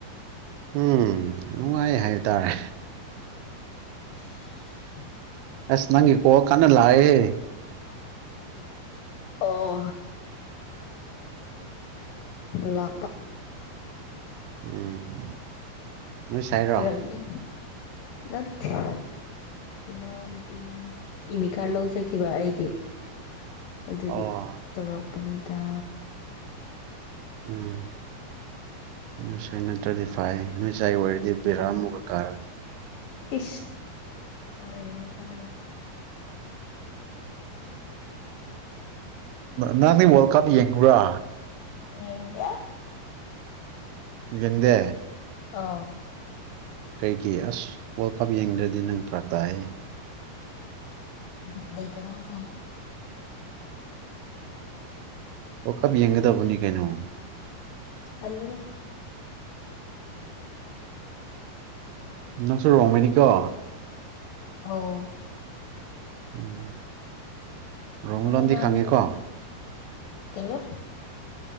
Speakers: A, on the right; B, on the left.
A: ꯎꯝ ꯅꯨꯡꯉꯥꯏ ꯍꯥꯏ ꯇꯥꯔꯦ
B: ꯎꯝ
A: ꯑꯁ ꯅꯪꯒꯦ ꯀꯣꯜ ꯀꯥꯟꯅ ꯂꯛꯑꯦꯍꯦ
B: ꯑꯣ ꯂ
A: ꯎꯝ ꯅꯣꯏ ꯁꯥꯏꯔꯣ
B: ꯐꯔꯛꯅꯦꯅꯤ
A: ꯑꯣ
B: ꯅꯠꯇ ꯏꯩꯅꯟ ꯑ ꯏꯃꯤ ꯈꯥꯔ ꯂꯧꯖꯈꯤꯕ ꯑꯩꯒꯤ ꯑꯗꯨꯒꯤ
A: ꯑꯣ
B: ꯇꯧꯔꯛ ꯄꯅꯤꯗ
A: ꯎꯝ ꯅꯣꯏꯁꯥꯏ ꯅꯠꯇ꯭ꯔꯗꯤ ꯐꯩ ꯅꯣꯏ ꯉꯁꯥꯏ ꯑꯣꯏꯔꯗꯤ ꯕꯤꯦꯔꯥꯃꯨꯛ ꯀꯥꯔꯦ
B: ꯏ ꯀꯅꯤ ꯀ
A: ꯅꯪ ꯃꯤ ꯋꯥꯔꯜꯗ ꯀꯥꯞ ꯌꯦꯡꯉ꯭ꯔꯥ
B: ꯌꯦꯗꯌꯥ
A: ꯌꯦꯪꯗꯦ
B: ꯑꯥ
A: ꯀꯩꯒꯤ ꯑꯁ ꯋꯥꯔꯜ ꯀꯞ ꯌꯦꯡꯗ꯭ꯔꯗꯤ ꯅꯪ ꯐ꯭ꯔ ꯇꯥꯍꯦ
B: <unintelligible>
A: ꯑꯣ ꯀꯥꯕꯤ ꯌꯦꯡꯒꯦꯗꯕꯅꯤ ꯀꯩꯅꯣ
B: ꯑꯜꯗ
A: ꯅ ꯁꯣ ꯔꯃꯅꯤ ꯀ
B: ꯑꯣ
A: ꯎꯝ ꯔꯣꯡ
B: ꯃꯥꯅꯦ
A: ꯂꯟꯗꯤ
B: ꯃꯥꯅꯦꯕꯨꯗꯤ
A: ꯈꯥꯉꯦ ꯀꯣ
B: ꯀꯩꯕ